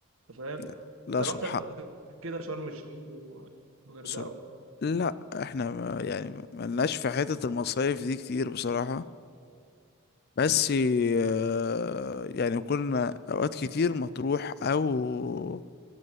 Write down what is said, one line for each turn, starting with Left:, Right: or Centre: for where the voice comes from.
Right: فاهم
Left: لا لا
Right: انت رحت
Left: سبحان
Right: قبل كده شرم الشيخ و- والغردقه
Left: سب...
Right: و-
Left: لا احنا ما يعني ما لناش في حتة المصايف دي كتير بصراحة بس آه، يعني كنا اوقات كتير مطروح او